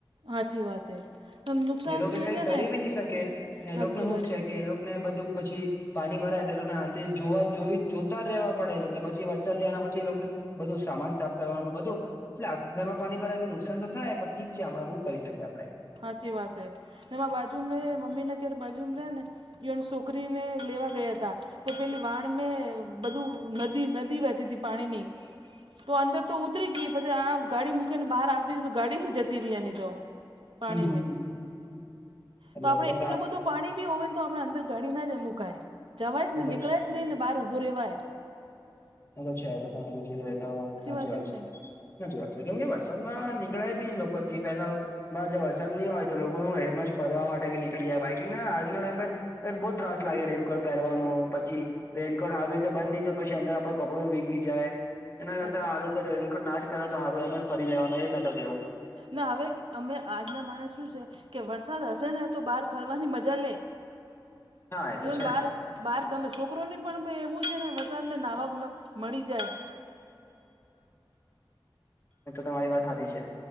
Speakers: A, on the right; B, on the left.
A: સાચી વાત હે નુકસાન
B: એને લોકો
A: થયું
B: કઈ
A: છે
B: કરી
A: ને
B: બી નહી શકે ને
A: સાચી
B: એ લોકોને હું
A: વાત હે
B: એ લોકો ને બધું પછી પાણી ભરાય તો એ લોકોને હા જોવા જોવી જ જો ઉતાર રહેવા પડેને પછી વરસાદ થયાના પછીને બધું સામાન સાફ કરવાનું બધું એટલે આ ઘરમાં પાણી ભરાય તો નુકસાન તો થાય પણ ઠીક છે હમણાં કરી શકે આપડે
A: સાાચી વાત હ નેમાં બાજુમાં રહે મમીને કેર બાજુમાં રહે ને ન છોકરીને લેવા ગયા હતા તો પેલી વાણ મેં બધું નદી નદી વહેતી ત પાણીની તો અંદર તો ઉતરી ગઈ પછી આ ગાડી મૂકીને બહાર આવતી હતી તો ગાડી ભી જતી રહી એ નિ તો પાણી
B: હમ હમ
A: મે
B: હમ
A: તો
B: લોકો
A: આપણે એટલું
B: આ
A: બધું. પાણી બી હોય ને તો આપણે અંદર ગાડી ના જ મુૂકાય જવાય જ ને
B: એ તો
A: નીકળે જ નહીંને બહાર ઊભો રહેવાય.
B: અ તો છે એ તો તો છે એ તો સાચી
A: વાત
B: વા છે.
A: કે નહીં
B: ના જવાય છે કેમ કે વરસાદ માં નીકળે બી લોકો પેલા જે વરસાદ નહી હોય તો લોકો હું હેમ જ ફરવા માટે નીકળી જાય બાકને આજના ટાઈમ. બહુ ત્રાસ લાગે રેનકોટ પહેરવાનું પછી રેનકોટ આવી રીતે બંધ નહી થય પછી અંદર આપન કપડું ભીગી જાય એના
A: સાચી
B: કરતા હારું
A: વાત
B: તો રેનકોટ નાજ પહેરો તો સારું હૈ એમ જ ફરી લેવાનું એ મેં તો કેવું.
A: ને હવે અમે આજના માણસ શું છે. કે વરસાદ હશે ને તો બહાર ફરવાની મજા લે.
B: <inaudible>
A: વન
B: છે
A: બાર બહાર ગમે છોકરોને પણ એવું છે ને વસાતને નહવા મળી જાય.
B: એમ તો તમારી વાત હાચી છે.